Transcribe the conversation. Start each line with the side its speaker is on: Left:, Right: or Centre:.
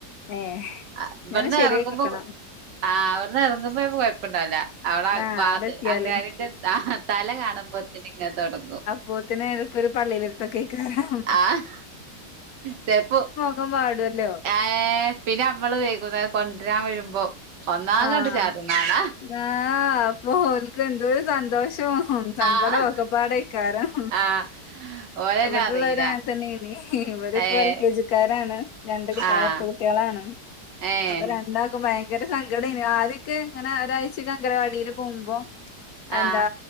Left: ഏഹ്
Right: അ ഇവിട്ന്ന്
Left: ഇതൊന്ന് ശരിയായി
Right: എറങ്ങുമ്പൊ
Left: കിട്ടണം
Right: ആഹ് ഇവിട്ന്ന് എറങ്ങുമ്പൊ ചെൽപ്പം കൊഴപ്പണ്ടാവൂല അവടെ
Left: ആഹ്
Right: വാത്
Left: അവിടെ എത്തിയാല്
Right: അങ്കലാടിന്റെ ആഹ് തല കാണുമ്പോത്തിന് ഇങ്ങനെ തൊടങ്ങും
Left: പോത്തിന് ഒരു ഒരു പള്ളേല് വെര്ത്തേയ്ക്കാരം
Right: ആഹ് ചേപ്പോ
Left: ഖം വാടു അല്ലോ
Right: ഏഹ് പിന്നെ ഞമ്മള് വൈകുന്നേരം കൊണ്ട്രാൻ വെരുമ്പോ ഒന്നാകണ്ട്
Left: ആഹ്
Right: ചാട്ണാണ
Left: ആഹ് അപ്പൊ ഓൽക്ക് എന്തോരു സന്തോഷും സങ്കടും
Right: ആഹ്
Left: ഒക്കെപ്പാടെയ്ക്കാരം
Right: ആഹ് ഓരന്നെ
Left: ഇവടെള്ളോര്
Right: അറിയില്ല
Left: അങ്ങനെ തന്നെനി ഇവരിപ്പോ
Right: ഏഹ്
Left: എൽ കെ ജിക്കാരാണ് രണ്ട് കുട്ട്യാള്
Right: ആഹ്
Left: എരട്ട കുട്ട്യാളാണ്
Right: ഏഹ്
Left: അപ്പൊ രണ്ടാക്കും ഭയ ഭയങ്കര സങ്കടേനി ആദ്യൊക്കെ ഇങ്ങനെ ഒരാഴ്ചക്കേ അങ്കനവാടിയില് പോകുമ്പോ എന്താ
Right: ആഹ്